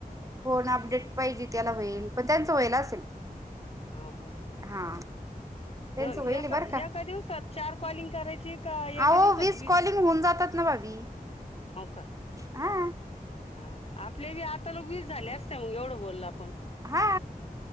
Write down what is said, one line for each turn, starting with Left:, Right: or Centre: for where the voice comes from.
Right: फोन अपडेट पाहिजे त्याला होईल पण त्यांचं व्हायल असेल
Left: हाव का?
Right: हा त्यांचं
Left: तर
Right: होईल
Left: एका
Right: बरं का
Left: एका दिवसात चार कॉलिंग करायची का एका
Right: आवो
Left: दिवसात
Right: वीस कॉलिंग होऊन जातात ना भाभी,
Left: हो का
Right: हा
Left: हा आपल्या बी आता लोक वीस झाले असत्याल, एवढं बोललो आपण‌
Right: हा